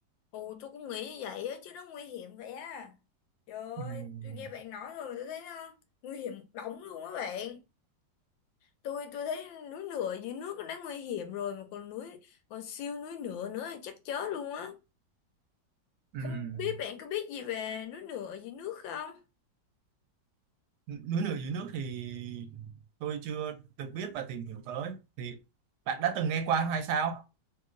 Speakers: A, on the left (about 80°); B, on the right (about 70°).
A: ồ tôi cũng nghĩ như vậy á chứ nó nguy hiểm vậy á trời ơi
B: Ừm,
A: tôi nghe bạn nói rồi mà tôi thấy nó nguy hiểm đóng luôn á bạn tôi tôi thấy núi lửa dưới nước nó đã nguy hiểm rồi mà còn núi còn siêu núi lửa nữa thì chắc chết luôn á
B: ừm.
A: không biết bạn có biết gì về núi lửa dưới nước không
B: núi lửa dưới nước thì tôi chưa được biết và tìm hiểu tới thì bạn đã từng nghe qua hay sao